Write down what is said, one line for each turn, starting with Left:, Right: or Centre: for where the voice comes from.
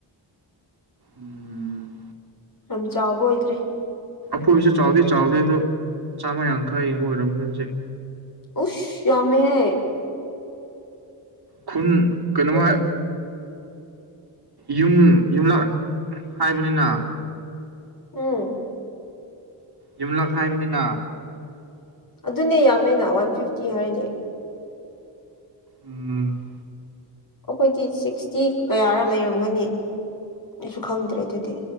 Right: ꯎꯝ
Left: ꯌꯥꯝ ꯆꯥꯎꯕ ꯑꯣꯏꯗ꯭ꯔꯤ
Right: ꯐꯣꯏꯁꯨ ꯆꯥꯎꯗꯦ ꯆꯥꯎꯗꯦ ꯑꯗꯣ ꯆꯥꯝꯃ ꯌꯥꯡꯈꯩ ꯑꯃ ꯑꯣꯏꯔꯝꯅꯦ ꯍꯧꯖꯤꯛ
Left: ꯎꯁ ꯌꯥꯃꯦꯍꯦ
Right: ꯈꯨꯟ ꯀꯩꯅꯃ
Left: ꯑꯗꯨꯗꯤ
Right: ꯌꯨꯝ ꯌꯨꯝꯂꯛ ꯍꯥꯏꯕꯅꯤꯅ
Left: ꯎꯝ
Right: ꯌꯨꯝꯂꯥ ꯈꯥꯏꯕꯅꯤꯅ
Left: ꯑꯗꯨꯅꯦ ꯌꯥꯝꯃꯦꯅ ꯋꯥꯟ ꯐꯤꯐꯇꯤ ꯍꯥꯏꯔꯗꯤ
Right: ꯎꯝ
Left: ꯑꯩꯈꯣꯏꯗꯤ ꯁꯤꯛꯁꯇꯤ ꯀꯌꯥꯔ ꯂꯩꯔꯝꯒꯅꯤ ꯅꯁꯨ ꯈꯪꯗ꯭ꯔꯦ ꯑꯗꯨꯗꯤ